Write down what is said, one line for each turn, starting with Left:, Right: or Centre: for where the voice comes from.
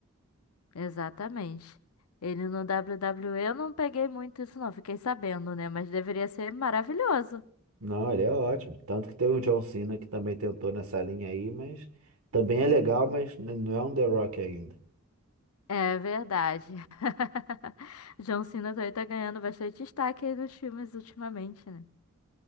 Left: exatamente. Ele no WWE eu não peguei muito isso, não. Fiquei sabendo, né? Mas deveria ser maravilhoso.
Right: Não, ele é ótimo. Tanto que tem o John Cena que também tentou nessa linha aí, mas também é legal, mas n- não é um The Rock ainda.
Left: É verdade. <laughs> John Cena também tá ganhando bastante destaque aí nos filmes ultimamente, né?